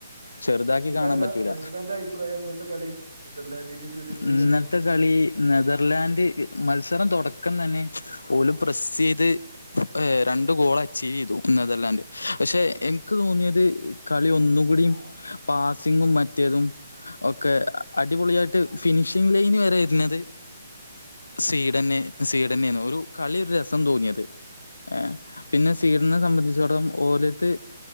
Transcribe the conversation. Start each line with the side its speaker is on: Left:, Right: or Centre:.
Left: ചെറുതാക്കി
Right: എന്താല്ല
Left: കാണാൻ പറ്റൂല
Right: എന്താന്റെ അഭിപ്രായം ഇന്നലത്തെ കളി നെതർലാന്റിന്റെയും സ്വീഡന്റെയും
Left: ഇന്നത്തെ
Right: കളി
Left: കളി നെതർലാൻഡ് മത്സരം തുടക്കം തന്നെ ഓല് പ്രസ് ചെയ്ത് ഏഹ് രണ്ട് ഗോൾ അച്ചീവ് ചെയ്തു നെതർല്ലാന്റ് പക്ഷെ എനിക്ക് തോന്നിയത് കളി ഒന്നും കൂടിയും പാസിങ്ങും മറ്റേതും ഒക്കെ അടിപൊളിയായിട്ട് ഫിനിഷിംഗ് ലൈൻ വരെയിരുന്നത് സ്വീഡന്ന് സ്വീഡന്നെയായിരുന്നു ഒരു കളി ഒരു രസം തോന്നിയത് ഏഹ് പിന്നെ സ്വീഡനെ സംബന്ധിച്ചോടം ഓലത്